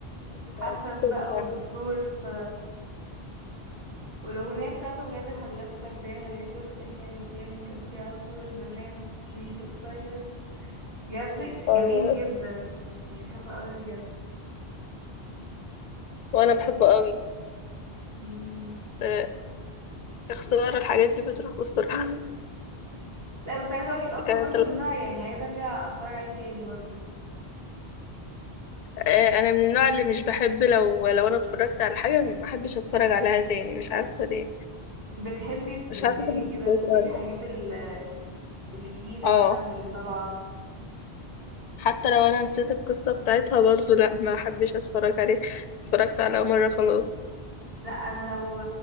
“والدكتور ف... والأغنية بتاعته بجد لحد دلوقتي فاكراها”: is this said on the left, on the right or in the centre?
Right